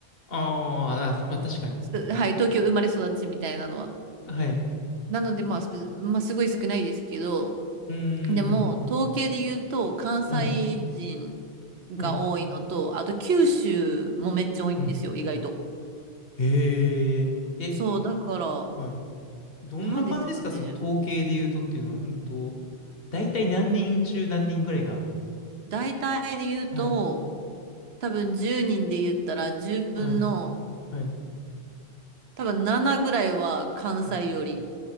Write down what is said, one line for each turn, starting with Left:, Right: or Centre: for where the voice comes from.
Left: あーあ、まあ確かに。
Right: すはい、東京生まれ育ちみたいなのは。
Left: はい。
Right: なので、まあ、すまあ、すごい少ないですけど、
Left: うー
Right: でも、
Left: ん。
Right: 統計で言うと、関西人
Left: はい。
Right: が多いのと、
Left: はい。
Right: あと九州もめっちゃ多いんですよ、
Left: うん。
Right: 意外と。
Left: へえ。え、
Right: そう、だから、
Left: はい。どんな感じですかその統計で言うとっていうのは、
Right: なんですかね。
Left: うんと、大体何人中何人ぐらいが。
Right: 大体で言うと、
Left: はい、
Right: 多分10人で言ったら10分の、
Left: はい、はい、
Right: 多分7ぐらいは関西より。
Left: はい。